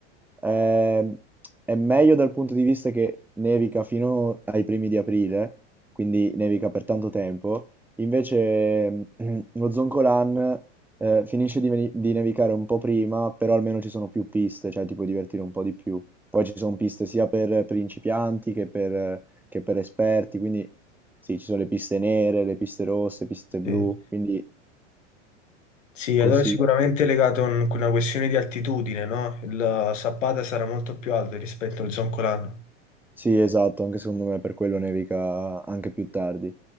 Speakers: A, in the centre; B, on the left (about 85°).
A: ehm, è meglio dal punto di vista che nevica fino ai primi di aprile, quindi nevica per tanto tempo. Invece ehm, <clears throat> lo Zoncolan eh, finisce di, veni- di nevicare un po' prima, però almeno ci sono più piste, cioè ti puoi divertire un po' di più. Poi ci sono piste sia per principianti che per che per esperti, quindi sì, ci sono le piste nere, le piste rosse, piste
B: Sì.
A: blu, quindi
B: Sì,
A: consiglio
B: allora sicuramente
A: molto.
B: è legato a un- una questione di altitudine, no? Il Sappada sarà molto più alto rispetto al Zoncolano.
A: Sì, esatto, anche secondo me per quello nevica anche più tardi.